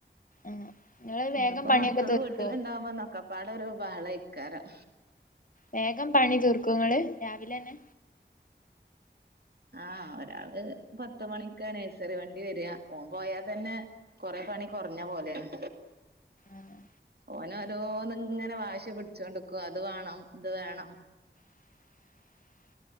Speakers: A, on the left; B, on the right.
A: ആഹ് ഇങ്ങള്
B: ഇന്ന്പ്പോ
A: വേഗം പണിയൊക്കെ
B: മക്കള്
A: തീർക്കോ
B: വീട്ടില് ണ്ടാവുമ്പോ ന്നൊക്ക പാടൊര് ബഹളെക്കാരം
A: വേഗം പണി തീർക്കുങ്ങള് രാവിലെന്നെ
B: ആഹ ഒരാള് പത്ത മണിക്ക നഴ്സറി വണ്ടി വെരാ ഓം പോയാ തന്നെ കൊറെ പണി കൊർഞ്ഞ പോലെണ്.
A: ആഹ്
B: ഓനോരോന്ന്ങ്ങനെ വാശി പിടിച്ചോണ്ട്ക്കും അത് വേണം ഇത് വേണം
A: <inaudible>